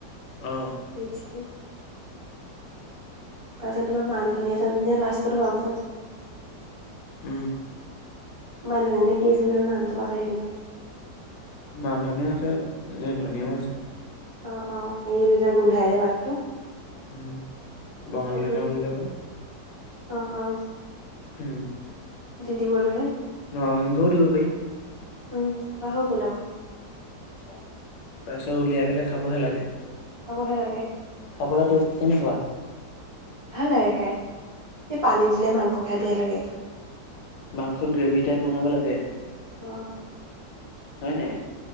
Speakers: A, on the left; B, on the right.
A: অ
B: এইট থাৰ্টি তাৰপিছত তোমাৰ মান ধুনীয়া চান ধুনীয়া লাষ্টত হোৱাৰ পাছত
A: উম
B: মানুহ এজনী কি আছিলে জানো নামটো পাহৰি থাকিলো
A: মানধনীয়াও আছে এনে ধনীয়াও আছে
B: অ অ এইটো যে গোন্ধাই যে পাতটো
A: উম বঙালী
B: সেইটো
A: ধুনীয়া
B: দি
A: বুলিও কয়
B: অ অ
A: উম
B: দি দিব লাগে
A: নৰ সিংহও দিব পাৰি
B: উম তাপা হৈ গ'ল আও
A: তাৰপিছত উলিয়াই পেলাই খাবহে লাগে
B: খাবহে লাগে
A: খাবলে টেষ্টটো কেনেকোৱা
B: ভাল লাগে খাই সেই পানী দিলে মাংস খাই বেয়া লাগে
A: মাংস গ্ৰেভি টাইপ বনাব লাগে
B: অ',
A: হয় নাই